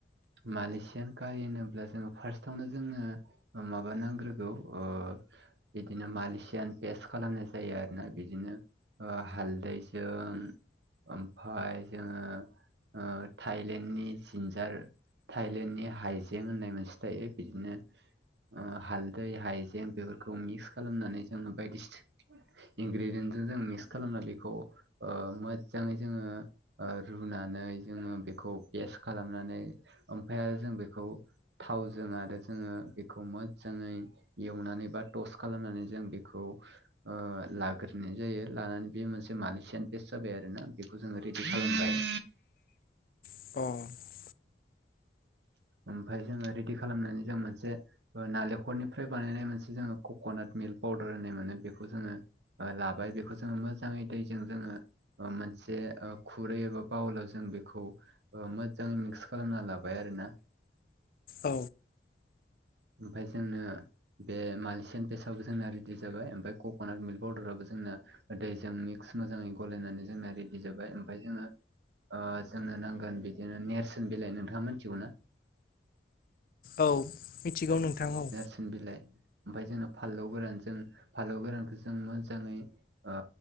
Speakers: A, on the right (about 75°); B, on the left (about 50°).
A: मालेसियान कारि होनोब्ला जोङो फार्स्टआवनो जोङो माबा नांग्रोगौ ओ बिदिनो मालिसियान पेस्त खालामनाय जायो आरोना बिदिनो ओ हालदैजों ओमफाय जोङो ओ थाइलेण्डनि जिन्जार थाइलेण्डनि हाइजें होननाय मोनसे थायो बिदिनो ओ हालदै हायजें बेफोरखौ मिक्स खालामनानै जोङो बायदि इंग्रिजोंसो जों मिक्स खालामना बेखौ ओ मोजाङै जोङो ओ रुनानै जोङो बेखौ पेस खालामनानै ओमफाय आरो जों बेखौ थावजों आरो जोङो बेखौ मोजाङै एवनानै बा टस खालामनानै जों बेखौ ओ लाग्रोनाय जायो लानानै बे मोनसे मालिसियान पेस्ट जाबाय आरो ना बेखौ जोङो रेदि खालामबाय।
B: अ'
A: ओमफाय जोङो रेडि खालामनानै जों मोनसे नालेंखरनिफ्राय बानायनाय मोनसे जोङो कक'नाट मिल्क पाउदार होननाय मोनो बेखौ जोङो ओ लाबाय बेखौ जोङो मोजाङै दैजों जोङो ओ मोनसे ओ खुरै एबा बाउलाव जों बेखौ मोजाङै मिक्स खालामना ला बाय आरोना
B: औ
A: ओमफाय जोंनो बे मालसियान पेस्ट आबो जोंना रेडि जाबाय ओमफाय कक'नाट मिल्क पाउदाराबो जोंना दैजों मिक्स मोजाङै गलायनानै जोंना रेडि जाबाय ओमफाय जोङो ओ जोंनो नांगोन बिदिनो नेरसोन बिलाइ नोंथाङा मिथिगौ ना।
B: औ मिथिगौ नोंथां औ।
A: सोन बिलाइ ओमफाय जोंङो फानलौ गोरान जों फानलौ गोरानखौ जों मोजाङै ओ